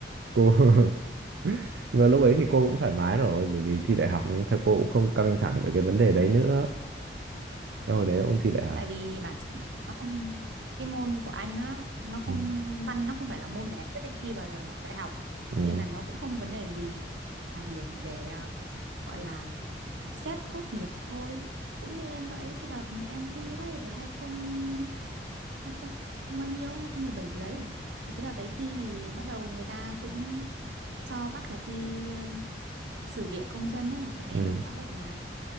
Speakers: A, on the right; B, on the right.
A: cô <laughs> nhưng mà lúc ấy thì cô cũng thoải mái rồi bởi vì thi đại học nên thật cô cũng không căng thẳng về cái vấn đề đấy nữa Cái hồi đấy là ôn thi đại học
B: tại vì bản chất là nó không cái môn của anh á nó
A: ừ.
B: không văn nó không phải là môn để anh quyết định thi vào đại học
A: Ừ.
B: nên là nó cũng không vấn đề gì Chỉ là điểm để ờ, gọi là xét tốt nghiệp thôi cũng như em vậy cái đợt em thi đấy đợt hai không hai không bao nhiêu hai không mười bảy gì đấy thì cái đợt đấy thi thì bắt đầu người ta cũng cho bắt là thi um, sử địa công dân á tại vì
A: Ừ.
B: em học
A: <laughs>
B: xã hội mà